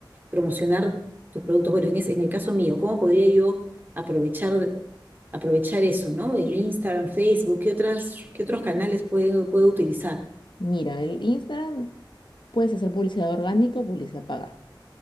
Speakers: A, on the right; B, on the left.
A: promocionar tus productos? Bueno, en, es- en el caso mío, ¿cómo podría yo aprovechar, aprovechar eso, ¿no? El Instagram, Facebook, ¿qué otras, qué otros canales puedo, puedo utilizar?
B: Mira, el Instagram puedes hacer publicidad orgánica o publicidad pagada.